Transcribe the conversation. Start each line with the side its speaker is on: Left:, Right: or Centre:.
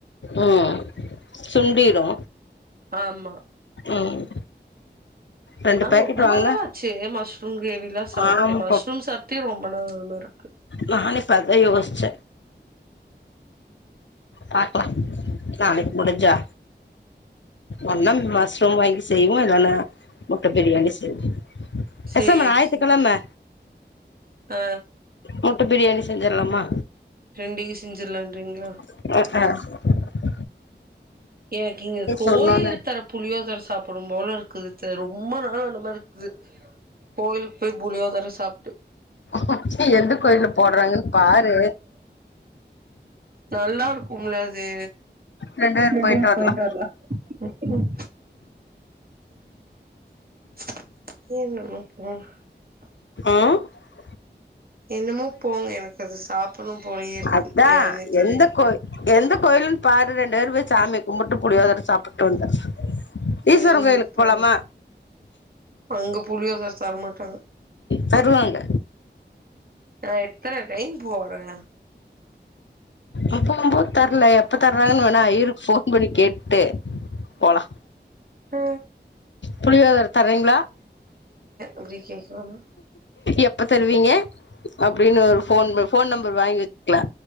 Left: ஆ சுண்டீரு
Right: ஆமா
Left: ம் ரெண்டு
Right: ஆ
Left: பேக்கெட்
Right: ரொம்ப
Left: வாங்குன
Right: நாள்ளாச்சு மஷ் துங் கிரேவி ல்லா சாப்ட்டே
Left: ஆமா
Right: மஷ்ரூம் சாப்டே ரொம்ப நாள் <unintelligible> இருக்கு
Left: நானே இப்ப அதா யோசிச்ச பாக்லா நாளைக்கு முடிஞ்சா ஒன்னா மஸ்ரூம் வாங்கி செய்வோ இல்லன்னா முட்ட பிரியாணி செய்வோ பெசாமா
Right: சேரி
Left: ஞாயித்துக்கெழம
Right: சேரி ஆ
Left: முட்ட பிரியாணி செஞ்சர்லாமா
Right: <unintelligible> செஞ்சிர்லான்ரிங்ளா
Left: ம் ம்
Right: எனக்கு இங்க கோயில்ல
Left: சொன்னோன
Right: தர புளியோதர சாப் போனும் போல இருக்குது அத்த ரொம்ப நாளா அந்த மாரி இருக்குது கோயிலுக்கு போய் புளியோதர சாப்ட்டு
Left: பஸ்ட்டு எந்த கோயில்ல போடுறாங்கன்னு பாரு
Right: நல்லா இருக்கும்ல அது
Left: ரெண்டு பேர்
Right: ரெண்டுவேறு
Left: போயிட்டு வரலா
Right: போய்ட்டு வர்லா ம் ம் <unintelligible>
Left: ஆ
Right: என்னமோ போங்க எனக்கு அது சாப்புட்னு போலயே இருக்கு
Left: அதா
Right: ஏன்னே தெரியல
Left: எந்த கோய் எந்த கோயிலுன் பாரு ரெண் டேரு போயி சாமிய கும்புட்டு புளியோதர சாப்புட்டு வந்தர்ளா ஈஸ்வரங்
Right: ம்
Left: கோயிலுக்
Right: போங்க
Left: போலாமா
Right: அங்க புளியோதர தரமாட்டாங்க
Left: தருவாங்க
Right: நா எத்தன டைம் போறே
Left: அப்போ போம்போது தர்ல எப்ப தர்றாங்கனு வேணா ஐயிர்க் ஃபோன் பண்ணி கேட்டு போலா
Right: ஆ
Left: புளியோதர தரீங்ளா
Right: அப்டி கேக்கலாமா
Left: எப்ப தருவீங்க அப்டின்னு ஒரு ஃபோன் ஃபோன் நம்பர் வாங்கி வெச்சிக்கலா